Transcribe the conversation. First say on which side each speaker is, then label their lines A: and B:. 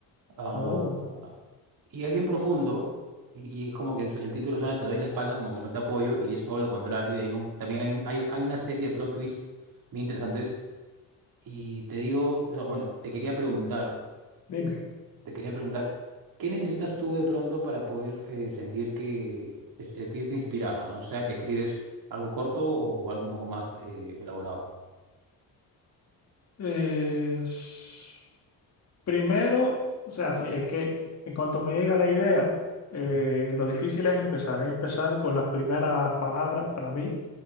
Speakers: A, on the right; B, on the left.
A: Ah,
B: oh,
A: y es bien profundo. Y, y como que es- el título suena Te doy la espalda, como que no te apoyo, y es todo lo contrario. y hay un, también hay, un, hay, hay una serie de plot twists muy interesantes. Y te digo, o sea, bueno, te quería preguntar.
B: dime.
A: Te quería preguntar, ¿qué necesitas tú de pronto para poder eh, sentir que, sentirte inspirado, ¿no? O sea, que escribes algo corto o, o algo un poco más eh, elaborado.
B: Eh, s- primero, o sea, sí, es que en cuanto me llega la idea, eh,
A: Ujú,
B: lo difícil es empezar, es empezar con las primeras palabras para mí